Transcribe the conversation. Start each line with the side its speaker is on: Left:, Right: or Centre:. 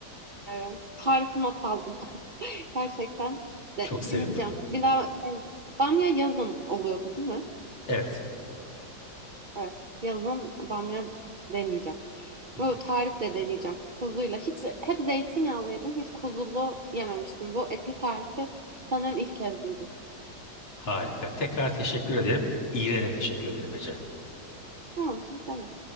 Right: ederim. tarifini not aldım. <laughs> Gerçekten de,
Left: Çok
Right: deneyeceğim.
Left: sevindim.
Right: Bir daha evet. bamya yazın oluyordu değil mi?
Left: Evet.
Right: Evet. Yazın bamya deneyeceğim.
Left: Hı
Right: Bu
Left: hı.
Right: tarifle deneyeceğim. Kuzuyla. Hiç hep zeytinyağlı yedim. Hiç kuzulu yememiştim. Bu etli tarifi sanırım ilk kez duydum.
Left: Harika. Tekrar teşekkür ederim. İyiliğine de teşekkür ederim Ece.
Right: Ha, tamam.